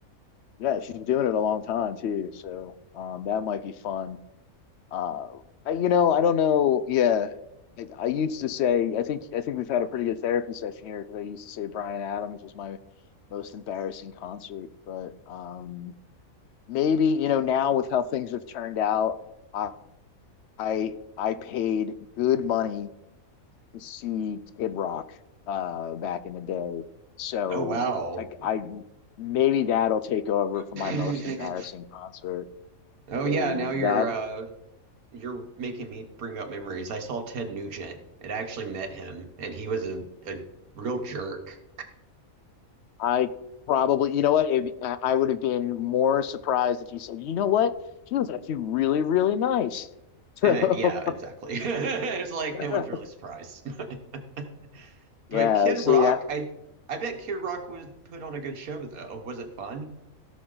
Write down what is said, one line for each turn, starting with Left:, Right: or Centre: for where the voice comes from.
Left: Yeah, she's been doing it a long time too, so um, that might be fun. Uh, I, you know, I don't know. Yeah, like I used to say. I think. I think we've had a pretty good therapy session here because I used to say Brian Adams was my most embarrassing concert, but um, maybe you know now with how things have turned out, I I I paid good money to see Kid Rock uh, back in the day. So
Right: Oh wow.
Left: like I maybe that'll take over
Right: <laughs>
Left: for my most embarrassing concert
Right: Oh
Left: because
Right: yeah, now you're
Left: that
Right: uh You're making me bring up memories. I saw Ted Nugent and I actually met him, and he was a, a real jerk.
Left: I probably you know what it, I would have been more surprised if he said you know what he was actually really really nice. So
Right: And yeah, exactly. <laughs> It's like
Left: <laughs>
Right: no one's really surprised. <laughs>
Left: yeah,
Right: But Kid
Left: see
Right: Rock,
Left: that.
Right: I I bet Kid Rock was put on a good show though. Was it fun?